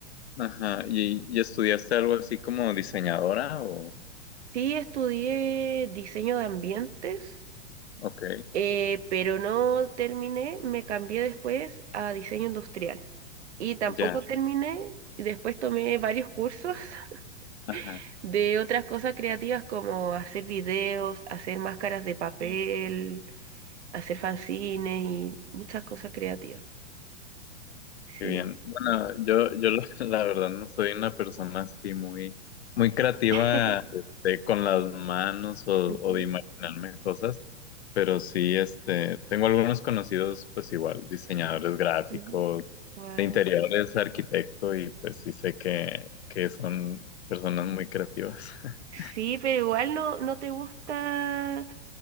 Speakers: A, on the left; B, on the right.
A: ajá, ¿y, y estudiaste algo así como diseñadora o?
B: Sí estudié diseño de ambientes,
A: Ok,
B: eh, pero no terminé, me cambié después a diseño industrial. Y tampoco
A: ya,
B: terminé, y después tomé varios cursos <laughs>
A: ajá.
B: de otras cosas creativas como hacer videos, hacer máscaras de papel, hacer fanzines y muchas cosas creativas.
A: Qué
B: Sí.
A: bien. Bueno, yo, yo la <laughs> la verdad no soy una persona así muy, muy creativa
B: <laughs>
A: este, con las manos o,
B: Ujú,
A: o de imaginarme cosas, pero sí, este, tengo algunos conocidos, pues igual, diseñadores gráficos,
B: ujú. Guau.
A: de interiores, arquitecto, y pues sí sé que, que son personas muy creativas. <laughs>
B: Sí, pero igual no, no te gusta